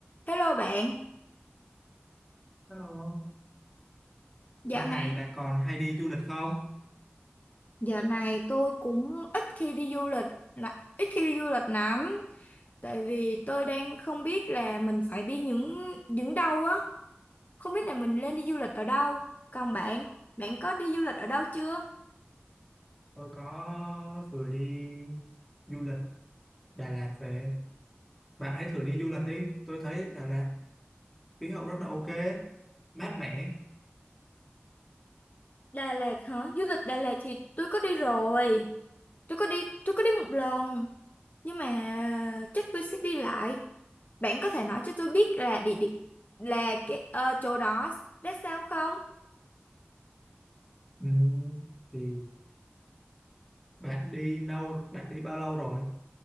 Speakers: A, on the left (about 45°); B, in the centre.
A: Hello bạn,
B: Hello,
A: dạo
B: lâu
A: này
B: ngày bạn còn hay đi du lịch không?
A: dạo này tôi cũng ít khi đi du lịch là ít khi đi du lịch lắm, tại vì tôi đang không biết là mình phải đi những những đâu á, không biết là mình nên đi du lịch ở đâu. Còn bạn, bạn có đi du lịch ở đâu chưa?
B: Tôi có vừa đi du lịch Đà Lạt về. Bạn hãy thử đi du lịch đi. Tôi thấy Đà Lạt khí hậu rất là ok, mát mẻ.
A: Đà Lạt hả? Du lịch Đà Lạt thì tôi có đi rồi, tôi có đi tôi có đi một lần, nhưng mà chắc tôi sẽ đi lại. Bạn có thể nói cho tôi biết là địa điểm là cái ờ, chỗ đó đã sao không?
B: Ừm, thì bạn đi lâu, bạn đi bao lâu rồi?